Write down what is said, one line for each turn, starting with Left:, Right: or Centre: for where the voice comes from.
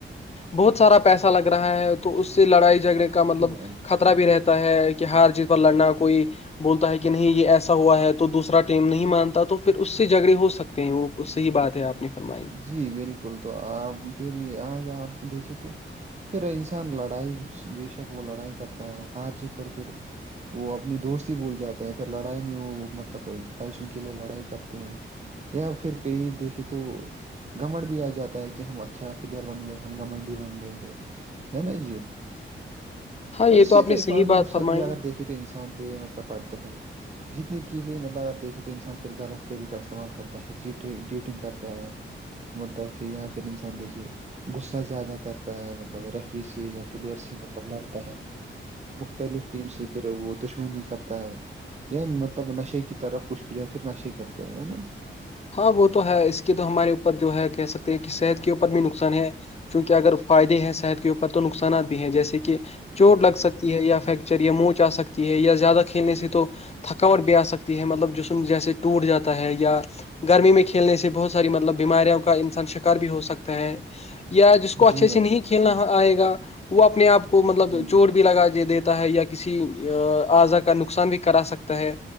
Left: بہت سارا پیسہ لگ رہا ہے تو اس سے لڑائی جھگڑے کا
Right: جی
Left: مطلب
Right: بھائی
Left: خطرہ بھی رہتا ہے کہ ہر چیز پر لڑنا کوئی بولتا ہے کہ نہیں یہ ایسا ہوا ہے تو دوسا ٹیم نہیں مانتا تو پھر اس سے جھگڑے ہو سکتے ہیں وہ صحیح بات ہے آپ نے فرمائی
Right: جی بالکل تو آپ پھر آج آپ دیکھے تو پھر انسان لڑائی بے شک وہ لڑائی کرتا ہے ہار جیت پر پھر وہ اپنی دوستی بول جاتے ہیں پھر لڑائی میں وہ مطلب بائیس ان کے لیے لڑائی کرتے ہیں یا پھر کہئی دیکھے تو گمنڈ بھی آ جاتا ہے کہ ہم اچھا پلیئر بن گئے ہم گمنڈی بن گئے ہیں ہے نا جی
Left: ہاں
Right: اور
Left: یہ
Right: اس سے
Left: آپ
Right: تو
Left: نے
Right: اکلا
Left: صحیح
Right: کے نقصان
Left: بات فرمائی
Right: بھی اگر دیکھیے تو تو انسان پہ یہ مطلب پڑھتے ہیں جیتنے کے لیے مطلب اگر دیکھے تو انسان پھر غلط طریقہ استعمال کرتا ہےی جیٹنگ کرتا ہے مطلب کہھر یا پھر انسان دیکھیے غصہ زیادہ کرتا ہے مطلب ریفری سے یا پلیئر سے مطلب لڑتا ہے مختلف ٹیم سے پھر وہ دشمنی کرتا ہے مطلب نشے کی طرف کچھ بھی پھر نشے کرتے ہیں نا جی
Left: ہاں وہ تو ہے اس کے تو ہمارے اوپر جو ہے کہہ سکتے ہیں کہ صحت کے اوپر بھی نقصان ہے کیونہ اگر فائدے ہیں صحت کے اوپر تو نقصانات بھی ہیں جیسے کہ چوٹ لگ سک یا فیکچر یا موچ آ سکتی ہے یا زیادہ کھیلنے سے تو تھکاوٹ بھی آ سکتی ہے مطلب جسم جیسے ٹوٹ جاتا ہے یا گرمی میں کھیلنے سے بہت ساری مطلب بیماریوں کا انسان شکار بھی ہو سکتا ہے یا جس کو اچھے
Right: جی جی جی جی بھائی
Left: سے نہیں
Right: جان
Left: کھیلنا آئے گا وہ اپنے آپ کو مطلب
Right: جی بے-
Left: چور بھی لگا دیتے ہے یا کسی آضا کا نقصان بھی کرا سکتا ہے